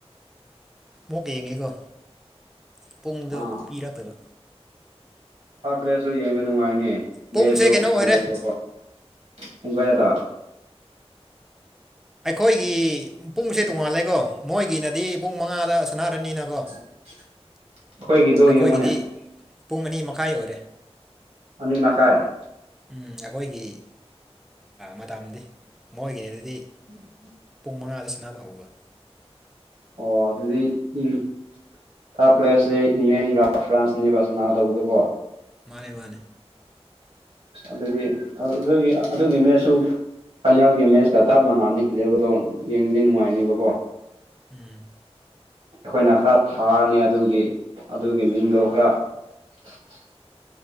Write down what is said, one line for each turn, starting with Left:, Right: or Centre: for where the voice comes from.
Centre: ꯑꯃꯨꯛꯀ ꯌꯦꯡꯒꯦꯀꯣ ꯄꯨꯡꯗ
Right: ꯑꯥ
Centre: ꯄꯤꯔꯛꯇꯕ
Right: ꯊꯥꯔꯠ ꯄ꯭ꯂꯦꯁꯁꯨ ꯌꯦꯡꯕ ꯅꯨꯡꯉꯥꯏꯅꯦ ꯃꯦꯠꯁꯁꯨ
Centre: ꯄꯨꯡꯁꯦ ꯀꯩꯅꯣ ꯑꯣꯏꯔꯦ
Right: ꯐꯖꯩꯑꯕꯀꯣ ꯄꯨꯡ ꯀꯌꯥꯗ
Centre: ꯑꯩꯈꯣꯏꯒꯤ ꯄꯨꯡꯁꯦ ꯇꯣꯡꯉꯥꯜꯂꯦꯀꯣ ꯃꯣꯏꯒꯤꯅꯗꯤ ꯄꯨꯡ ꯃꯉꯥꯗ ꯁꯅꯔꯅꯤꯅꯀꯣ
Right: <unintelligible> ꯑꯩꯈꯣꯏꯒꯤꯗꯣ ꯌꯦꯡꯉꯨꯅꯦ
Centre: ꯑꯩꯈꯣꯏꯒꯤꯗꯤ ꯄꯨꯡ ꯑꯅꯤ ꯃꯈꯥꯏ ꯑꯣꯏꯔꯦ
Right: ꯑꯅꯤ ꯃꯈꯥꯏ
Centre: ꯎ ꯑꯩꯈꯣꯏꯒꯤ ꯃꯇꯝꯗꯤ ꯃꯣꯏꯒꯤꯅꯦ ꯑꯗꯨꯗꯤ
Right: ꯎꯝ
Centre: ꯄꯨꯡ ꯃꯉꯥꯗ ꯁꯅꯕ ꯍꯧꯥꯎꯕ
Right: ꯑꯣ ꯑꯗꯨꯗꯤ ꯎꯝ ꯊꯥꯔꯠ ꯄ꯭ꯂꯦꯁꯁꯦ ꯏꯪꯂꯦꯟꯒ ꯐ꯭ꯔꯥꯟꯁꯅꯤꯕ ꯁꯅꯥꯒ ꯇꯧꯕꯗꯀꯣ
Centre: ꯃꯥꯅꯦ ꯃꯥꯅꯦ
Right: ꯑꯗꯨꯗꯤ ꯑꯗꯨꯒꯤ ꯑꯗꯨꯒꯤ ꯃꯠꯁꯨ ꯐꯥꯏꯅꯦꯜꯒꯤ ꯃꯦꯠꯆꯀ ꯆꯞ ꯃꯥꯟꯅꯅꯤ ꯂꯦꯞꯕꯗꯣ ꯌꯦꯡꯕꯗꯤ ꯅꯨꯡꯉꯥꯏꯅꯤꯕꯀꯣ
Centre: ꯎꯝ
Right: ꯑꯩꯈꯣꯏꯅ ꯈꯔ ꯊꯥꯔꯅꯤ ꯑꯗꯨꯒꯤ ꯑꯗꯨꯒꯤ ꯃꯤꯡꯗꯣ ꯈꯔ <inaudible>